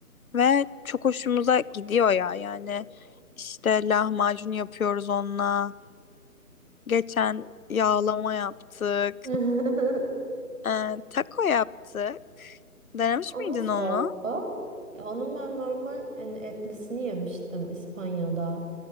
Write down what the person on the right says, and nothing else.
<laughs>
O
nasıl
oldu? Ya onun ben normal hani, etlisini yemiştim İspanya'da.